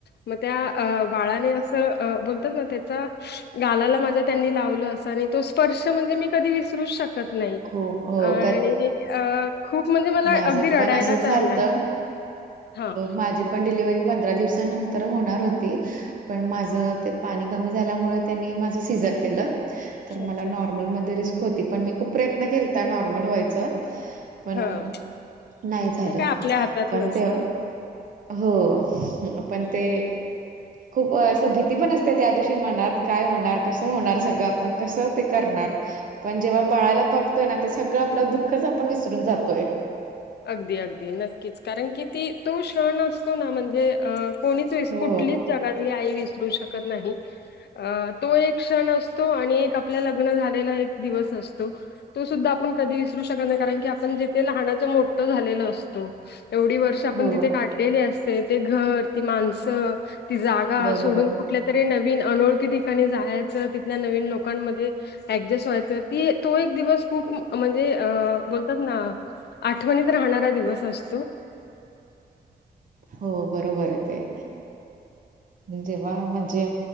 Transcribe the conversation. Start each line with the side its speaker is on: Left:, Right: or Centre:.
Left: मग त्या अ बाळाने असं बोलतात ना त्याचा गालाला माझ्या त्यांनी लावलं असं आणि तो स्पर्श म्हणजे मी कधी विसरूच शको नाही
Right: खूप हो
Left: आणि खूप म्हणजे मला
Right: ण माझ
Left: अगदी रडायलाच
Right: पण असच झालत
Left: आलं. हां.
Right: माझी पण डिलिव्हरी आ पंधरा दिवसानंतर होणार होती पण माझ ते पाणी कमी झाल्यामुळे त्यांनी माझ सीझर केलं तर
Left: अच्छा.
Right: मला नॉर्मल म रिस्क होती पण मी खूप प्रयत्न केता नॉर्मल व्हायच पण
Left: हां.
Right: नाही झालं
Left: ते काय आपल्या हातात
Right: पण
Left: नसतं.
Right: ते हो पण ते खूप असं भीती पण असते त्या दिवशी मनात काय होणार कस होणार सगळं आपण कसं ते करणार पण जेव्हा बाळाला बघतोय ना ते सगळं आपलं दुःखच आपण विसरून जातोय
Left: अगदी अगदी नक्कीच कारण की ती तो क्षण असतो ना म्हणजे अ कोणीच वि
Right: हो,
Left: कुठलीच जगातली आई विसरू शकत नाही अ तो एक क्षण असतो आणि एक आपल्या लग्न झालेला एक दिवस असतो तो सुद्धा आपण कधी विसरू शकत नाही कारण की आपण जेथे लहानाच्या त झालेल असतो एवढी वर्ष आपण
Right: हो.
Left: तिथे काढलेली अस ते घर ती माणसं ती जागा
Right: बरोबर.
Left: सोडून
Right: आहे.
Left: कुठल्या तरी नवीन अनोळखी ठिकाणी जायाचं तिथल्या नवीन लोकांमध्ये ऍडजस्ट व्हायचं ती तो एक दिवस खूप म्हणजे अ बोलतात ना आठवणीत राहणारा दिवस असतो.
Right: हो बरोबरे ते जेव्हा म्हणजे